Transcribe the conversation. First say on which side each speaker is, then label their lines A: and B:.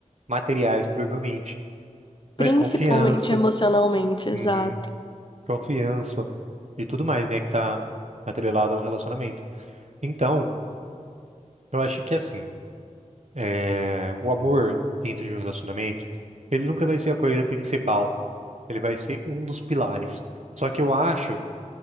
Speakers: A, on the right (about 60°); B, on the left (about 35°).
A: materiais, provavelmente, mas
B: Principalmente
A: confiança,
B: emocionalmente, exato.
A: uhum, confiança e tudo mais, né? Que tá atrelado a um relacionamento. Então, eu acho que assim. É, o amor dentro de um relacionamento, ele nunca vai ser a coisa principal. Ele vai ser um dos pilares. Só que eu acho